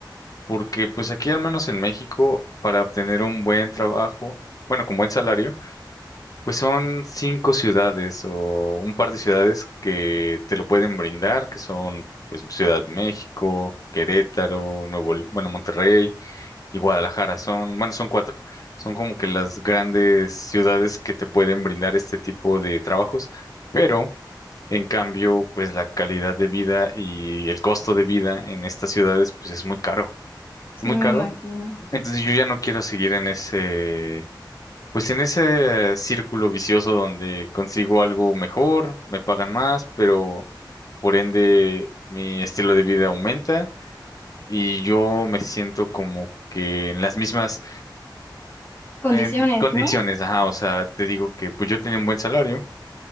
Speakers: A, on the left; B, on the left.
A: porque pues aquí al menos en México, para obtener un buen trabajo, bueno, con buen salario, pues son cinco ciudades o un par de ciudades que te lo pueden brindar, que son pues Ciudad de México, Querétaro, Nuevo, L- bueno, Monterrey y Guadalajara. Son, bueno, son cuatro. Son como que las grandes ciudades que te pueden brindar este tipo de trabajos, pero en cambio, pues la calidad de vida y el costo de vida en estas ciudades, pues es muy caro,
B: Sí,
A: muy
B: me
A: caro.
B: imagino.
A: Entonces yo ya no quiero seguir en ese, pues en ese círculo vicioso donde consigo algo mejor, me pagan más, pero por ende mi estilo de vida aumenta y yo me siento como que en las mismas
B: Condiciones,
A: En condiciones,
B: ¿no?
A: ajá, o sea, te digo que pues yo tenía un buen salario